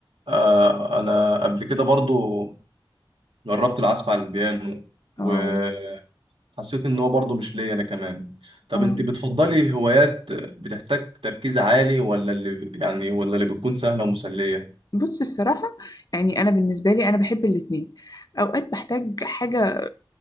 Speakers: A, on the right; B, on the left.
A: آه انا قبل كده برضو جربت العزف على البيانو
B: اه
A: وحسيت ان هو برضو مش ليا انا كمان طب
B: اه
A: انت بتفضلي هوايات بتحتاج تركيز عالي ولا اللي يعني ولا اللي بتكون سهلة ومسلية
B: بص الصراحة يعني أنا بالنسبة لي أنا بحب الاتنين أوقات بحتاج حاجة